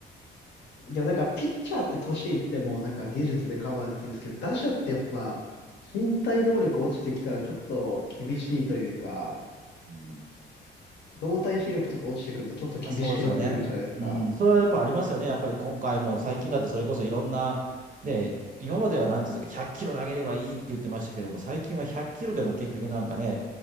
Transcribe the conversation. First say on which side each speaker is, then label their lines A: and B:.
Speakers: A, on the left; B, on the right.
A: でもなんか、ピッチャーって年いってもなんか技術でカバーできるんですけど、打者ってやっぱ、身体能力落ちてきたらちょっと厳しいというか、
B: うん
A: 動体視力とか落ちてくるとちょっと厳しくなってくるじゃないですか。
B: まあそうですよね。うん、それはやっぱありますよね。やっぱり今回も最近だってそれこそいろんな、ね、今まではなんていうんですか、100キロ投げればいいって言ってましたけども、最近は100キロでも結局なんかね、